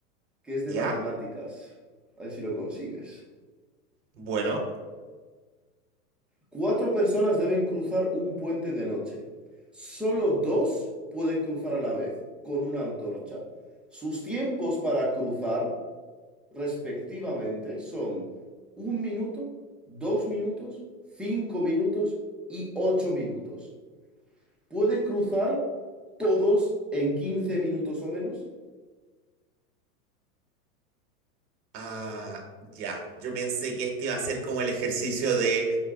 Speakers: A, in the centre; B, on the right (about 45°).
A: que es
B: ¿Ya?
A: de matemáticas. A ver si lo consigues.
B: Bueno.
A: Cuatro personas deben cruzar un puente de noche. Solo dos pueden cruzar a la vez, con una antorcha. Sus tiempos para cruzar, respectivamente, son un minuto, dos minutos, cinco minutos y ocho minutos. ¿Puede cruzar todos en 15 minutos o menos?
B: Ah, ya. Yo pensé que este iba a ser como el ejercicio de,